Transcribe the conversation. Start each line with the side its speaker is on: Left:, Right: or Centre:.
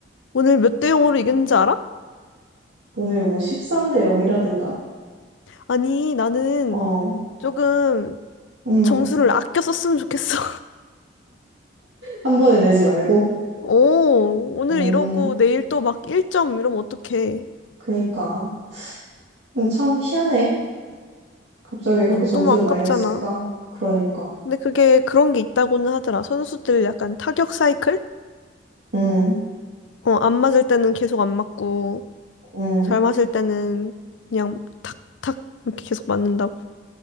Left: 오늘 몇 대 0으로 이겼는지 알아?
Right: 오늘 뭐 13대 0이라든가?
Left: 아니, 나는
Right: 어,
Left: 조금
Right: 응.
Left: 점수를 아껴 썼으면 좋겠어.
Right: 한 번에 내지 말고.
Left: <laughs> 오, 오늘
Right: 음,
Left: 이러고 내일 또 막 1점 이러면 어떡해.
Right: 그니까. 근데 참 희한해. 갑자기 그렇게 점수를
Left: 너무 아깝잖아.
Right: 많이 냈을까? 그러니까.
Left: 근데 그게 그런 게 있다고는 하더라. 선수들 약간 타격 사이클?
Right: 음,
Left: 어, 안 맞을 때는 계속 안 맞고,
Right: 음.
Left: 잘 맞을 때는 그냥 탁, 탁, 이렇게 계속 맞는다고.